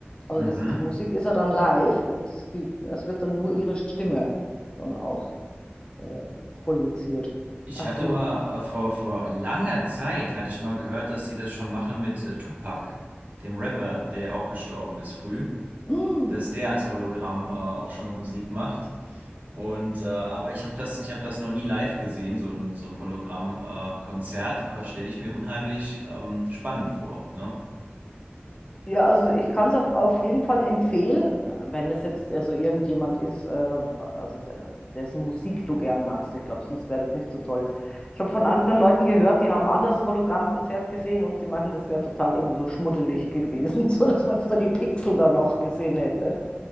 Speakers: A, on the left; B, on the right.
A: Also
B: mhm.
A: das, die Musik ist ja dann live und das, die, es wird dann nur ihre Stimme dann auch äh, projiziert.
B: Ich
A: Also,
B: hatte mal äh, vor, vor langer Zeit, hatte ich mal gehört, dass sie das schon machen mit äh, Tupac, dem Rapper, der ja auch gestorben ist früh,
A: mm,
B: dass der als Hologramm äh, auch schon Musik macht. Und äh, aber ich habe das, ich habe das noch nie live gesehen, so ein, so ein Hologramm-Konzert, aber stelle ich mir unheimlich ähm, spannend vor, ne?
A: Ja, also ich kann es auf, auf jeden Fall empfehlen, wenn es jetzt also irgendjemand ist, äh, also der, dessen Musik du gern magst. Ich glaube, sonst wäre das nicht so toll. Ich habe von anderen Leuten gehört, die haben ein anderes Hologrammkonzert gesehen und die meinten, das wäre total irgendwie so schmuddelig gewesen, <laughs> so dass man da die Pixel da noch gesehen hätte.